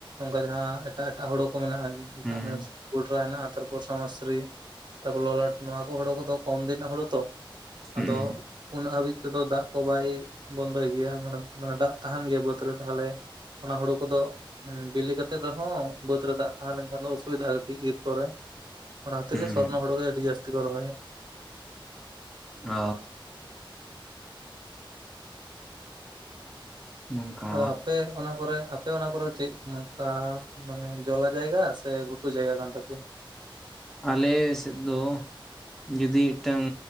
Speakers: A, on the right; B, in the centre.
A: ᱩᱱᱠᱩ ᱟᱜ ᱡᱟᱦᱟᱸ ᱮᱴᱟᱜ ᱮᱴᱟᱜ ᱦᱩᱲᱩ ᱠᱚ ᱢᱮᱱᱟᱜᱼᱟ, <unintelligible>
B: ᱦᱩᱸ
A: ᱯᱮᱚᱨᱟᱭ ᱦᱮᱱᱟᱜ-ᱟ ᱛᱟᱨᱯᱚᱨ ᱥᱚᱢᱟᱥᱤᱨᱤ ᱛᱟᱨᱯᱚᱨ ᱞᱚᱞᱟᱴ ᱱᱚᱣᱟ ᱠᱚ ᱦᱩᱲᱩ ᱠᱚᱫᱚ ᱠᱚᱢ ᱫᱤᱱ ᱨᱮᱱᱟᱜ ᱦᱩᱲᱩ ᱛᱚ,
B: ᱦᱩᱸ
A: ᱟᱫᱚ ᱩᱱᱟᱹᱜ ᱦᱟᱹᱵᱤᱡ ᱛᱮᱫᱚ ᱫᱟᱜ ᱠᱚ ᱵᱟᱭ ᱵᱚᱱᱫᱚᱭ ᱜᱮᱭᱟ ᱢᱟᱱᱮ ᱢᱟᱱᱮ ᱫᱟᱜ ᱛᱟᱦᱮᱱ ᱜᱮᱭᱟ ᱵᱟ. ᱫᱽ ᱛᱟᱦᱚᱞᱮ ᱚᱱᱟ ᱦᱩᱲᱩ ᱠᱚᱫᱚ ᱵᱤᱞᱤ ᱠᱟᱛᱮᱫ, ᱮᱱᱛᱮ ᱨᱮᱦᱚᱸ ᱵᱟᱹᱫᱽ ᱨᱮ ᱫᱟᱜ ᱛᱟᱦᱮᱸ ᱞᱮᱱ ᱠᱷᱟᱱ ᱫᱚ ᱚᱥᱩᱵᱤᱫᱟᱜᱼᱟ ᱠᱟᱹᱴᱤᱡ ᱤᱨ ᱠᱚᱨᱮ, ᱚᱱᱟ ᱠᱷᱟᱛᱤᱨ
B: ᱦᱩᱸ
A: ᱜᱮ ᱥᱚᱨᱱᱚ ᱦᱳᱲᱳ ᱜᱮ ᱟᱹᱰᱤ ᱡᱟᱥᱛᱤ ᱠᱚ ᱨᱚᱦᱚᱭᱟ
B: ᱚ ᱱᱚᱝᱠᱟ
A: ᱟᱫᱚ ᱟᱯᱮ ᱚᱱᱟ ᱠᱚᱨᱮ ᱟᱯ ᱟᱯᱮ ᱚᱱᱟ ᱠᱚᱨᱮ ᱪᱮᱫ ᱚᱱᱠᱟ ᱢᱟᱱᱮ ᱡᱚᱞᱟ ᱡᱟᱭᱜᱟ ᱥᱮ ᱜᱷᱩᱴᱩ ᱡᱟᱭᱜᱟ ᱠᱟᱱ ᱛᱟᱯᱮᱭᱟ
B: ᱟᱞᱮ ᱥᱮᱫ ᱫᱚ ᱡᱩᱫᱤ ᱢᱤᱫᱴᱟᱝ